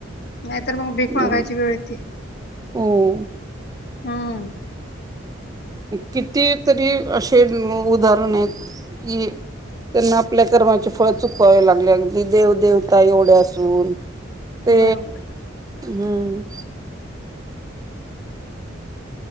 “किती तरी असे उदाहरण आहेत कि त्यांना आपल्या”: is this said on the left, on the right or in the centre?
Right